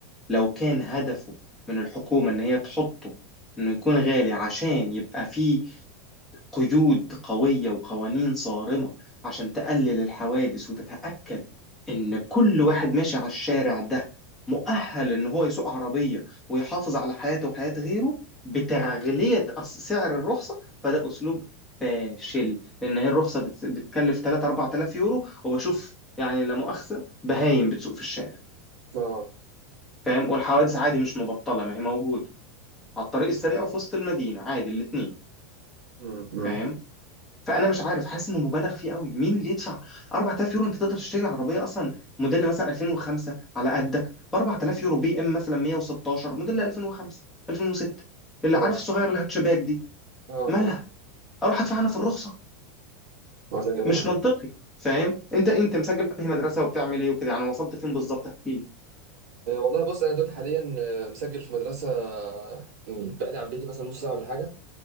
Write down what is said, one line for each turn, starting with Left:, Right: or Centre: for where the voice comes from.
Centre: لو كان هدفه من الحكومة إن هي تحطه إنه يكون غالي عشان يبقى فيه قيود قوية وقوانين صارمة عشان تقلل الحوادث وتتأكد إن كل واحد ماشي على الشارع ده مؤهل إن هو يسوق عربية ويحافظ على حياته وحياة غيره بتغلية أس- سعر الرخصة فده أسلوب فاشل لأن هي الرخصة بت- بتكلف 3 4000 يورو وبشوف يعني لا مؤاخذة بهايم بتسوق في الشارع
Right: اه
Centre: فاهم والحوادث عادي مش مبطلة ما هي موجودة على الطريق السريع وفي وسط المدينة عادي الاتنين
Right: امم
Centre: فاهم فانا مش عارف حاسس انه مبالغ فيه قوي مين اللي يدفع 4000 يورو انت تقدر تشتري عربيه اصلا موديل مثلا 2005 على قدك ب 4000 يورو بي ام مثلا 116 موديل 2005 2006 اللي
Right: اه
Centre: عارف الصغير الهاتشباك دي
Right: اه
Centre: مالها
Right: اه
Centre: اروح ادفع انا في الرخصه
Right: اقول لك ايه بقى
Centre: مش منطقي فاهم انت انت مسجل في أنهي مدرسه وبتعمل ايه وكده يعني وصلت فين بالظبط احكي لي
Right: آه، والله بص انا دلوقتي حاليا آه، مسجل في مدرسه آه، يعني بعيد عن بيتي مثلا نص ساعه ولا حاجه